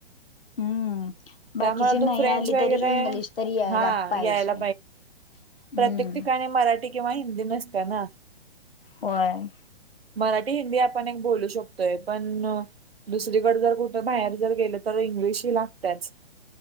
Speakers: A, on the left; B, on the right.
A: हम्म बाकीचे
B: त्यामुळे तू
A: नाही
B: फ्रेंच
A: आली
B: वगैरे
A: तरी इंग्लिश तरी यायला
B: हा
A: पाहिजे
B: यायला
A: हम्म
B: प्रत्येक ठिकाणी मराठी किंवा हिंदी नसत्या ना
A: होय
B: मराठी हिंदी आपण एक बोलू शकतोय पण दुसरीकडे जर कुठे बाहेर जर गेल तर इंग्लिश ही लगत्याच